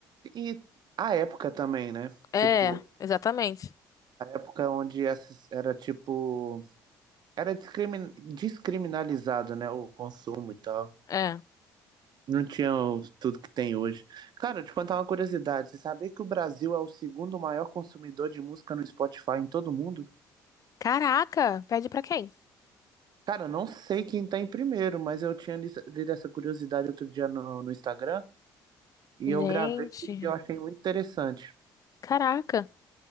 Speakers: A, on the right (about 60°); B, on the left (about 45°).
A: E a época também, né?
B: É,
A: Tipo,
B: exatamente.
A: a época onde essas- era tipo. Era discrimin- descriminalizado, né? O consumo e tal.
B: É.
A: Não tinha o- tudo que tem hoje. Cara, eu te contar uma curiosidade. Você sabia que o Brasil é o segundo maior consumidor de música no Spotify em todo o mundo?
B: Caraca, pede pra quem?
A: Cara, eu não sei quem tá em primeiro, mas eu tinha lis- lido essa curiosidade outro dia no, no Instagram e
B: Gente,
A: eu gravei porque eu achei muito interessante.
B: caraca.